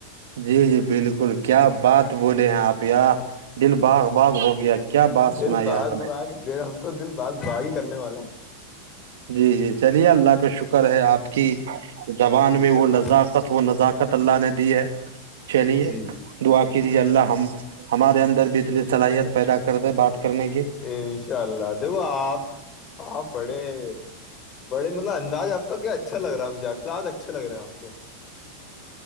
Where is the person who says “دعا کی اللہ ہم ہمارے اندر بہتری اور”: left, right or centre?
Right